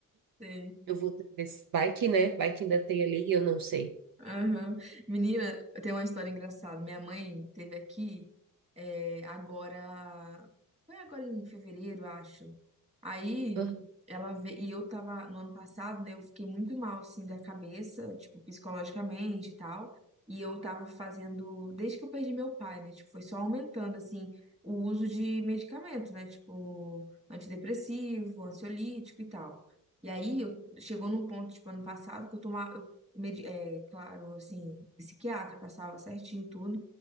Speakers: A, on the right; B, on the right.
A: sei.
B: Eu vou ver se vai que, né? Vai que ainda tem ali, eu não sei.
A: Aham. Menina, tem uma história engraçada. Minha mãe teve aqui é, agora. Foi agora em fevereiro, acho. Aí
B: Aham,
A: ela veio. E eu tava no ano passado, né? Eu fiquei muito mal, assim, da cabeça, tipo, psicologicamente e tal. E eu tava fazendo. Desde que eu perdi meu pai, né? Tipo, foi só aumentando, assim, o uso de medicamento, né? Tipo, antidepressivo, ansiolítico e tal. E aí eu, chegou num ponto, tipo, ano passado, que eu tomava medi- é, claro, assim, psiquiatra, passava certinho tudo,